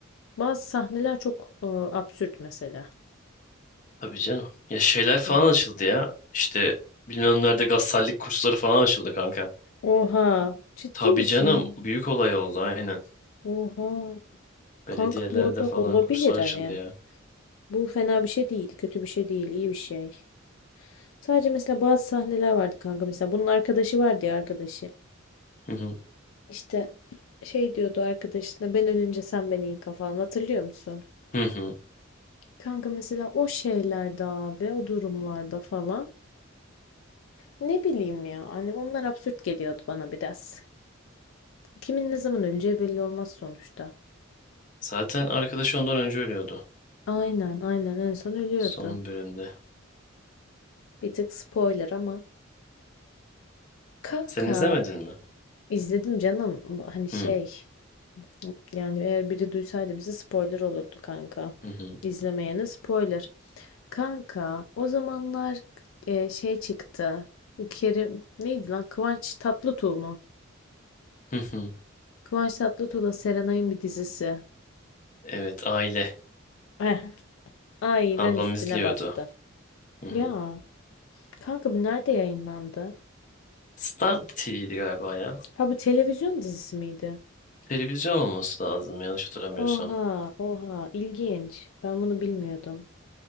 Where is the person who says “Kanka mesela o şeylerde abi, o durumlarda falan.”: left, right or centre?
Left